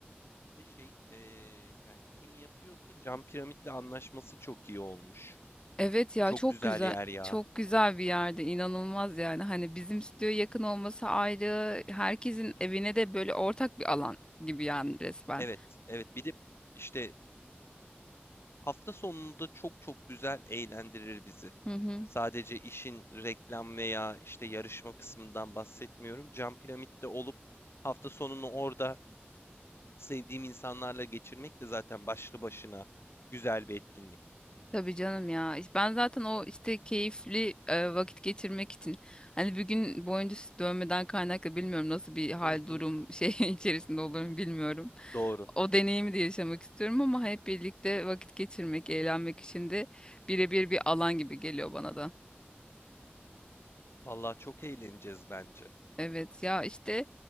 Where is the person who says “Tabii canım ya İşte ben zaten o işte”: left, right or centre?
Left